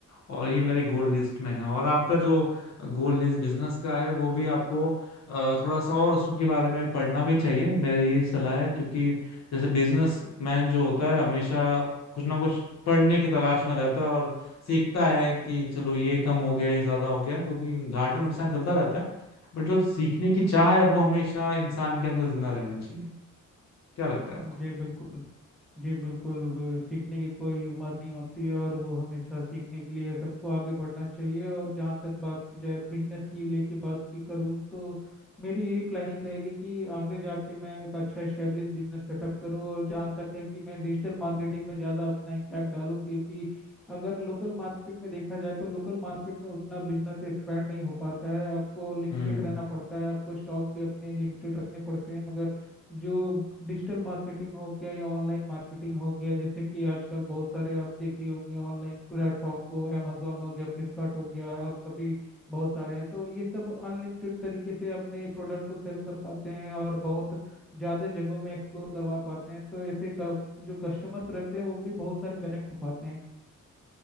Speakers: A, on the left (about 60°); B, in the centre.
A: और ये मेरे गोल लिस्ट में है और आपका जो गोल लिस्ट बिजनेस का है वो भी आपको अ, थोड़ा सा और उसके बारे में पढ़ना भी चाहिए मेरी ये सलाह है क्योंकि जैसे बिजनेस मैन जो होता है हमेशा कुछ ना कुछ पढ़ने की तलाश में रहता है और सीखता है कि चलो ये कम हो गया ये ज्यादा हो गया क्योंकि घाटा नुकसान चलता रहता है बट जो सीखने की चाह है वो हमेशा इंसान के अंदर जिंदा रहना चाहिए क्या लगता है आपको
B: जी बिल्कुल जी बिल्कुल अ, सीखने की कोई उम्र नहीं होती है और वो हमेशा सीखने के लिए सबको आगे बढ़ना चाहिए और जहाँ तक बात की जाए बिजनेस की लेके बात की करूँ तो मेरी यही प्लानिंग रहेगी कि आगे जाके मैं एक अच्छा स्टेब्लिश बिजनेस सेटअप करूँ और जहाँ तक है कि मैं डिजिटल मार्केटिंग में ज़्यादा अपना इम्पैक्ट डालूँ क्योंकि अगर लोकल मार्केट में देखा जाए तो लोकल मार्केट में उतना बिजनेस एक्सपैंड नहीं हो पाता है आपको लिमिटेड
A: हम्म
B: रहना पड़ता है आपको स्टॉक भी अपने लिमिटेड रखने पड़ते हैं मगर जो डिजिटल मार्केटिंग हो गया या ऑनलाइन मार्केटिंग हो गया जैसे कि आजकल बहुत सारे आप देखे होंगे ऑनलाइन प्लेटफॉर्म को अमेजोन हो गया फ्लिपकार्ट हो गया और अभी बहुत सारे हैं तो ये सब अनलिमिटेड तरीके से अपने प्रोडक्ट को सेल कर पाते हैं और बहुत ज़्यादा जगहों में एक्सप्लोर करवा पाते हैं तो ऐसे क- जो कस्टमर्स रहते हैं वो भी बहुत सारे कनेक्ट हो पाते